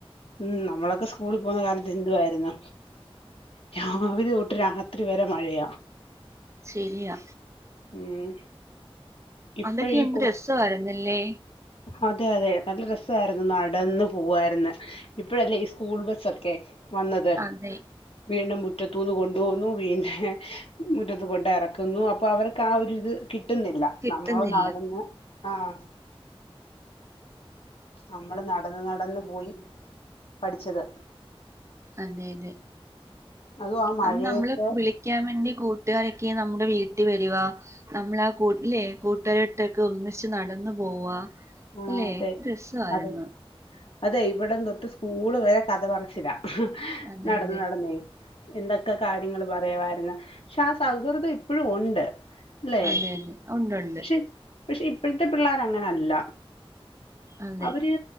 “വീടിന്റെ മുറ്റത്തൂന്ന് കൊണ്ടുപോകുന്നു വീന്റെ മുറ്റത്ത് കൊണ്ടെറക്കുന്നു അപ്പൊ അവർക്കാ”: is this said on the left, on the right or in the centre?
Left